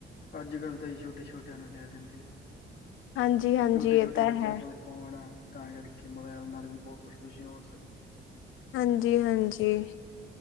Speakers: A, on the left (about 55°); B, on the left (about 85°).
A: ਅੱਜ ਕੱਲ੍ਹ ਤਾਂ ਹੀ ਛੋਟੇ ਛੋਟਿਆਂ ਨੂੰ ਹੀ ਲੈ ਦਿੰਦੇ ਆ
B: ਹਾਂਜੀ ਹਾਂਜੀ
A: ਛੋਟੇ ਛੋਟੇ
B: ਇਹ ਤਾਂ
A: ਬੱਚਿਆਂ
B: ਹੈ
A: ਕੋਲ ਫੋਨ ਹੈ ਤਾਂ ਕਰਕੇ ਮੋਬਾਇਲ ਨਾਲ ਵੀ ਬਹੁਤ ਪ੍ਰਦੂਸ਼ਣ ਹੋ ਸਕ
B: ਹਾਂਜੀ ਹਾਂਜੀ